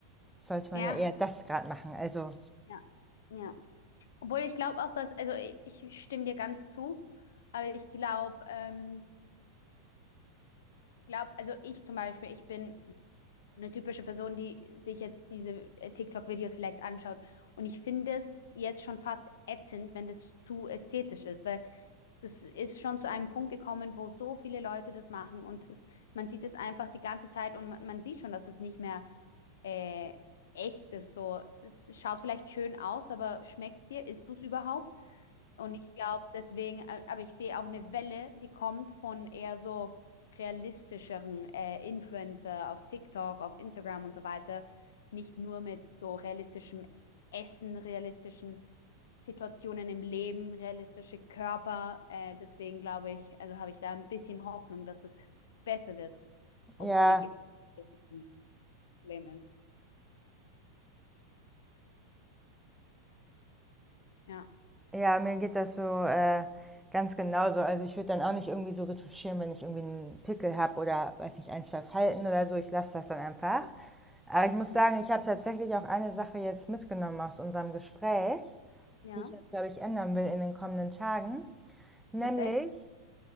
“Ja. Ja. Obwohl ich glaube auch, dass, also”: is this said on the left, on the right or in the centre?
Left